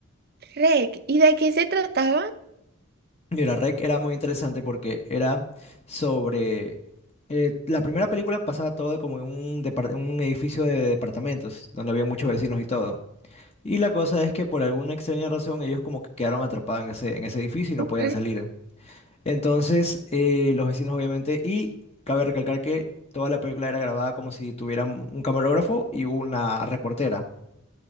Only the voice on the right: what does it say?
Reg, ¿y de qué se trataba?
Ujú.